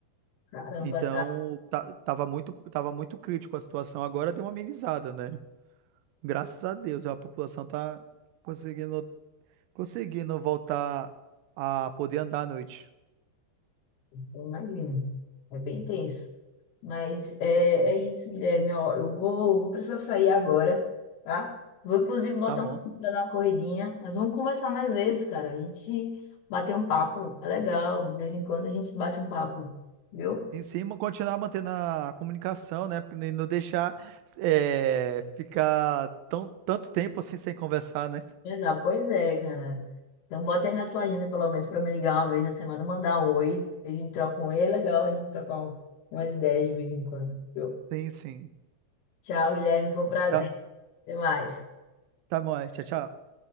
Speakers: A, on the left; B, on the right.
A: caramba,
B: Então,
A: tá.
B: tá, tava muito, tava muito crítico a situação. Agora deu uma amenizada, né? Graças a Deus, a população tá conseguindo, conseguindo voltar a poder andar à noite.
A: Eu imagino. É bem tenso. Mas é, é isso, Guilherme. Ó, eu vou, vou precisar sair agora, tá? Vou, inclusive, botar
B: Tá bom.
A: um para dar uma corridinha. Mas vamos conversar mais vezes, cara. A gente bater um papo. É legal. De vez em quando a gente bate um papo, viu?
B: Em cima, continuar mantendo a comunicação, né? E não deixar é, ficar tão, tanto tempo assim sem conversar, né?
A: Já, pois é, cara. Então, bota aí na sua agenda, pelo menos, para me ligar uma vez na semana, mandar um oi. A gente troca um oi. É legal a gente trocar um- umas ideias de vez em quando, viu?
B: Sim, sim.
A: Tchau, Guilherme. Foi um prazer.
B: Tá,
A: Até mais.
B: tá bom, é. tchau, tchau.